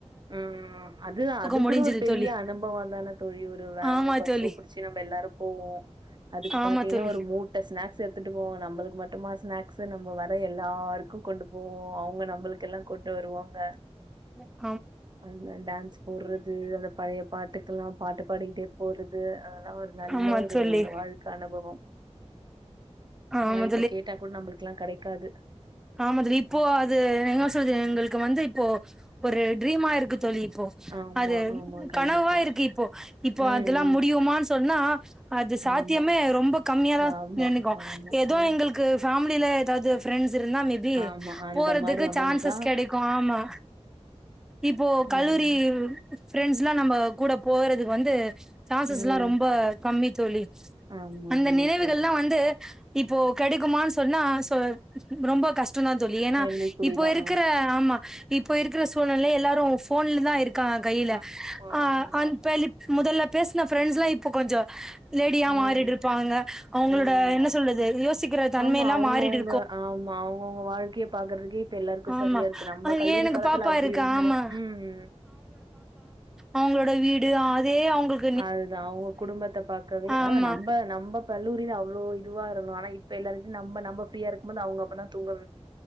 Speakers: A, on the right; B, in the centre.
A: ஹம் அது அது
B: முடிஞ்சது
A: கூூட ஒரு பெரிய
B: தோழி
A: அனுபவம்ந்தான தோழி ஒரு வேனோ
B: ஆமா
A: பஸ்ஸோ
B: தோழி
A: பிடிச்சு நம்ம எல்லாரும் போவோம் அதுக்கு
B: ஆமா
A: பாத்தீங்கன்னா
B: தோழி
A: ஒரு மூட்ட ஸ்நாக்ஸ் எடுத்துட்டு போவோங்க நம்மளுக்கு மட்டுமா ஸ்நாக்ஸ் நம்ம வ எல்லாருக்கும் கொண்டு போவோம் அவங்க நம்மளுக்கெல்லாம் கொ <unintelligible> வருவாங்க
B: ஹ
A: அந்த டான்ஸ் போட்றது அந்த பழைய பாட்டுக்குல்லா பாட்டு பாடிக்கிட்டே போறது அதெல்லா ஒரு நல்ல
B: ஆமா
A: ஒரு
B: தோழி
A: வாழ்க்க அனுபவம் அதெல்லா
B: ஆமா
A: இப்ப கேட்டா கூட நம்ளுக்குலா கடை காது
B: ஆம துளி இப்போ அது எங்கா சொல்து எங்கள்க்கு வந்து இப் போ ஒரு ட்ரீம்மா இருக்கு தோழி பொ
A: ஆமா,
B: அது
A: ஆமா. கண்டிப்பா.
B: கனவா இருக்கு இப்பொ இப்போ
A: ம்.
B: அதெல்லாம் முடியுமானு சொன்னா அது சாத்தியமே
A: ஆமா,
B: ரொம்ப கம்மியாதா
A: ஆமா,
B: நின்னுக்கு
A: ஆமா.
B: ஏதோ
A: அ
B: எங்கள்க்கு ஃபேம் முடில ஏதாவது பிரண்ட்ஸ் இருந்தா மேபி
A: ஆமா. அந்த
B: போறதுக்கு
A: மாரி அமைஞ்சா
B: சான்சஸ் கிடைக்கு ஆமா இப்போ
A: ம்,
B: கல்லூரி ஃப்ரெண்ட்ஸ் எல்லா நம்ம கூட போறதுக்கு வந்து சாசஸ்லா
A: ம்.
B: ரொம்ப கம்மித்தொழி
A: ஆமாமா
B: அந்த நினைவுகள்லா
A: தோழி.
B: வந்து இப்போ கெடைக்குமான் சொன்னா சொ ரொம்ப கஷ் மட்டுந்தா தோழி ஏனா
A: கேள்விக்குறி
B: இப்போ
A: தான்.
B: இருக்கிற ஆமா இப்போ இருக்ற சூழ்நெல எல்லாரு போன்லதா இருக் க கையில
A: ஆமா,
B: அ
A: ஆமா.
B: அன் பெலிப் முதல்ல பேசின ஃரெண்ட்ஸ் எல்லா இப்போ கொஞ்சோ லேடியா
A: ம்.
B: மாறிட்டுருப்பானுங்க அவங்ளோட
A: ஆமா.
B: என்ன சொல்றது யோசி ங்குற தன்மைல்லா
A: ஆமா அவங்கவுங்க
B: மாறிடு
A: ஆமா அவுங்கவுங்க வாழ்க்கைய பாக்குறதுக்கே இப்ப எல்லாருக்கு
B: ஆமா
A: சரியா இருக்கு நம்ம கல்லூரி
B: ஏன் எனக்கு
A: காலத்துல
B: பாப்பா
A: அப்டி
B: இருக்கு
A: இருந்தோ
B: ஆமா
A: உம்
B: அவங்ளோட வீடு ஆதே அவங்கள்க்
A: அதுதா அவுங்க குடும்பத்த பாக்கவே
B: ஆமா
A: ஆ நம்ம நம்ம கல்லூரில அவ்ளோ இதுவா இருந்தோம் ஆனா இப்ப எல்லாரு நம்ம நம்ம ஃப்ரீயா இருக்கும்போது அவுங்க அப்பதா தூங்க வ